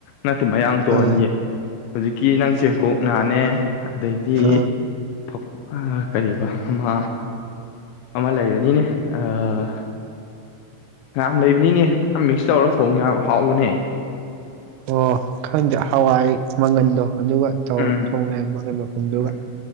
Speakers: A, on the left (about 80°); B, on the right (about 85°).
A: ꯅꯠꯇꯦ ꯃꯌꯥꯡꯇꯣꯟꯌꯦ꯫
B: ꯑꯥ
A: ꯍꯨꯖꯤꯛꯀꯤ ꯅꯪ ꯆꯦꯡꯀꯣꯛ ꯅꯥꯅꯦ ꯑꯗꯩꯗꯤ
B: ꯑꯥ
A: ꯐꯛꯄꯥ ꯀꯔꯤꯕꯥ ꯑꯃ ꯑꯃ ꯂꯩꯕꯅꯤꯅꯦ ꯑꯥ ꯐꯅꯌꯥꯝ ꯂꯩꯕꯅꯤꯅꯦ ꯌꯥꯝ ꯃꯤꯛꯁ ꯇꯧꯔ ꯊꯣꯡ ꯌꯥꯕ ꯍꯥꯎꯕꯅꯦ꯫
B: ꯑꯣ ꯈꯪꯗꯦ ꯍꯋꯥꯏ ꯃꯪꯒꯟꯗꯣ ꯑꯗꯨꯒ ꯇꯧꯔ
A: ꯎꯝ
B: ꯊꯣꯡ ꯂꯩꯔꯝꯕ ꯀꯩꯅꯣ ꯐꯨꯝꯗꯨꯒ
A: ꯎꯝ